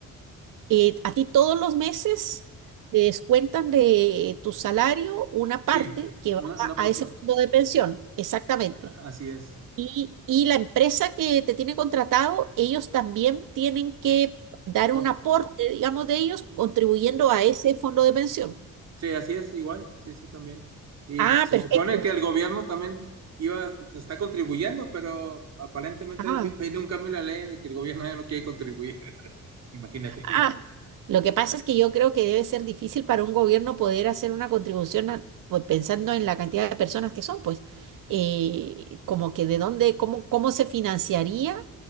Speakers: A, on the right; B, on the right.
A: eh, a ti todos los meses te descuentan de tu salario una parte
B: sí,
A: que
B: una,
A: va
B: una
A: a,
B: porción,
A: a ese fondo
B: o sea,
A: de pensión, exactamente.
B: a- así es.
A: Y, y la empresa que te tiene contratado, ellos también tienen que dar
B: Con-
A: un aporte, digamos, de ellos contribuyendo a ese fondo de pensión.
B: Sí, así es, igual, sí, sí, también. Y
A: Ah,
B: se
A: perfecto.
B: supone que el gobierno también iba, está contribuyendo, pero aparentemente
A: ah
B: viene un cambio en la ley en el que el gobierno ya no quiere contribuir, <laughs> imagínate.
A: Ah, lo que pasa es que yo creo que debe ser difícil para un gobierno poder hacer una contribución a- pues, pensando en la cantidad de personas que son, pues, eh, como que de dónde, cómo, cómo se financiaría